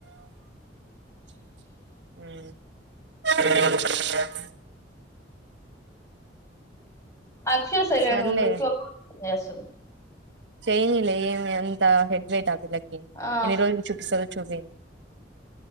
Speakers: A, on the right; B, on the left.
A: హ్మ్
B: అక్షయ సైలెంటుగా
A: సర్లే
B: ఉంది లిఫ్ట్ ఏసున్
A: చేయానిలే ఏమి అంత హెడ్వేట్ ఆ పిల్లకి
B: ఆ!
A: ఎన్ని రోజులు చుపిస చుసేన్